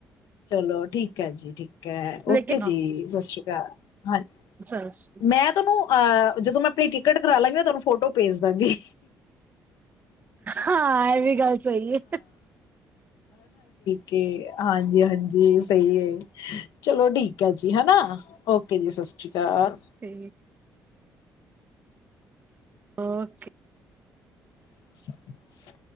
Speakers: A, on the left; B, on the right.
A: ਚਲੋ ਠੀਕ ਹੈ ਜੀ ਠੀਕ ਹੈ
B: ਲੇਕਿਨ
A: ਓਕੇ ਜੀ ਸਤਿ ਸ਼੍ਰੀ ਅਕਾਲ ਹਾਂਜੀ
B: ਅ <unintelligible> ਸਤਿ ਸ੍ਰੀ ਅਕਾਲ
A: ਮੈਂ ਤੁਹਾਨੂੰ ਅਹ ਜਦੋਂ ਮੈਂ ਆਪਣੀ ਟਿਕਟ ਕਰਾ ਲਾਂਗੀ ਨਾ ਤੁਹਾਨੂੰ ਫੋਟੋ ਭੇਜ ਦਾਂਗੀ
B: ਹਾਂ ਇਹ ਵੀ ਗੱਲ ਸਹੀ ਹੈ
A: ਕੇ ਹਾਂਜੀ ਹਾਂਜੀ ਸਹੀ ਹੈ ਚਲੋ ਠੀਕ ਹੈ ਜੀ ਹਨਾ ਓਕੇ ਜੀ ਸਤਿ ਸ਼੍ਰੀ ਅਕਾਲ
B: ਤੇ ਓਕੇ
A: <unintelligible>